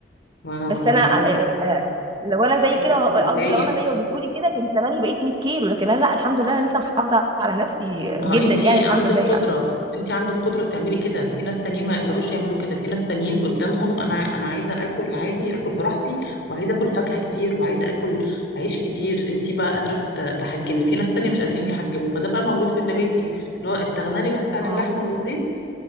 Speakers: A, on the left; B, on the right.
A: ما انا ما
B: بس انا
A: انا
B: آه،
A: هو
B: آه، آه، لو انا زي
A: في ناس
B: كده وه-
A: بتتضايق
B: قصدي لو انا زي ما بتقولي كده كان زماني بقيت 100 كيلو لكن انا لا الحمد لله انا لسه محافظه على نفسي
A: ما
B: جدا
A: هو انت
B: يعني الحمد
A: عندك
B: لله يعني
A: قدرة انت عندك قدرة تعملي كده في ناس تانيين ما يقدروش يعملوا كده في ناس تانيين قدامهم انا انا عايزة اكل عادي اكل براحتي وعايزة اكل فاكهة كتير وعايزة اكل عيش كتير انت بقى قادرة ت- تحجمي في ناس تانية مش قادرين يحجموا فده بقى موجود في النباتي اللي هو استغنالي بس عن اللحمة
B: اه
A: والزيت